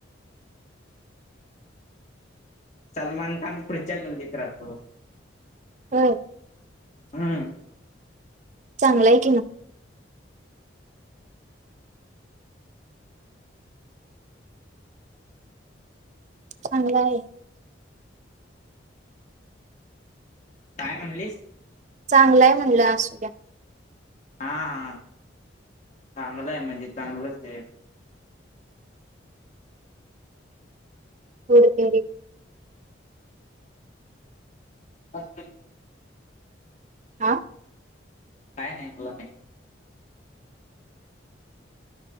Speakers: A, on the left; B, on the right.
A: सलमान खान पुढच्या गल्लीत राखो
B: हम्म
A: हम
B: चांगलंय की ना चांगला आहे
A: काय म्हणलीस
B: चांगलंय म्हणलं असू द्या
A: हा हा चांगलं आहे म्हणजे चांगलंच आहे
B: होडर
A: अस
B: हा
A: काय नाही तुला नाही